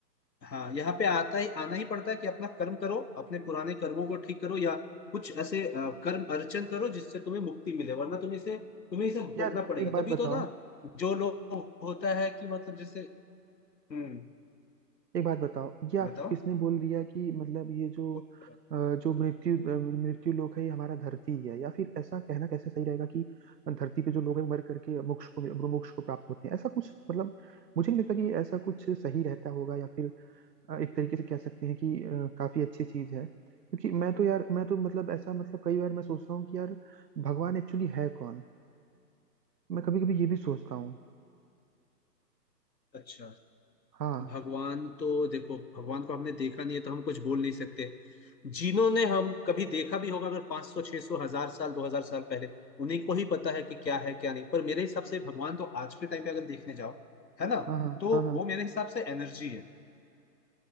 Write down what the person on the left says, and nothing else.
हाँ यहाँ पे आता ही आना ही पड़ता है कि अपना कर्म करो अपने पुराने कर्मों को ठीक करो या कुछ ऐसे अ, कर्म अर्चन करो जिससे तुम्हें मुक्ति मिले वरना तुम इसे तुम्हें इसे भोगना
पड़ेगा
तभी
तो ना जो लोग होता है कि मतलब जैसे हम्म
बताओ
कौन सा बात?
अच्छा
भगवान तो देखो भगवान को हमने देखा नहीं है तो हम कुछ बोल नहीं सकते जिन्होंने हम कभी देखा भी होगा अगर 500 600 हजार साल 2000 साल पहले उन्हीं को ही पता है कि क्या है क्या नहीं पर मेरे हिसाब से भगवान तो आज के टाइम पे अगर देखने जाओ है ना
तो
वो मेरे हिसाब से एनर्जी है